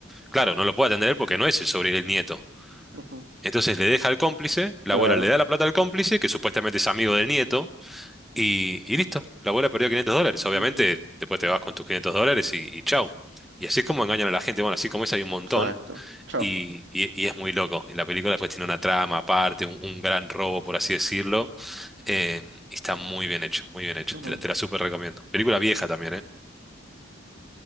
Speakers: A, in the centre; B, on the right (about 65°).
A: Claro, no lo puede atender porque no es el sobre el nieto.
B: ujú,
A: Entonces le deja al cómplice, la
B: claro,
A: abuela le da la plata al cómplice, que supuestamente es amigo del nieto y, y listo, la abuela perdió 500 dólares. Obviamente,
B: ujú,
A: después te vas con tus 500 dólares y, y chau. Y así es como engañan a la gente. Bueno, así como es, hay un montón.
B: exacto. Chao.
A: Y, y- y es muy loco. Y la película después tiene una trama aparte, un, un gran robo, por así decirlo. Eh, y está muy bien hecho, muy bien hecho.
B: ujú.
A: Te la, te la súper recomiendo. Película vieja también, ¿eh?